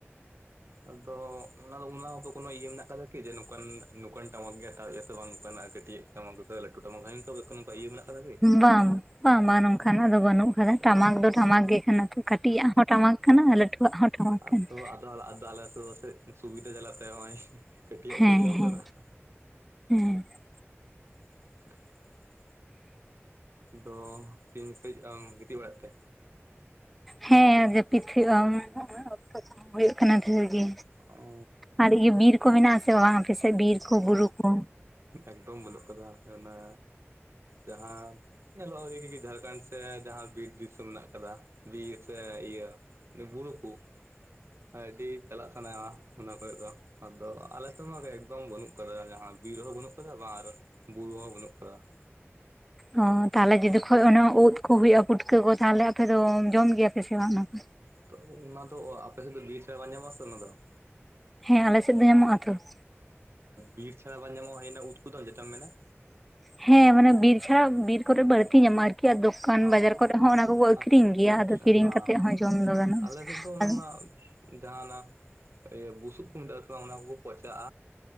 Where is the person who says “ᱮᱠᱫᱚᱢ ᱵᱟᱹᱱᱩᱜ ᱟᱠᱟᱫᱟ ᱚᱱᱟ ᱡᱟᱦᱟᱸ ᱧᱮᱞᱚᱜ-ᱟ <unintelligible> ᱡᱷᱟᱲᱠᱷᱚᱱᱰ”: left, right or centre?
Right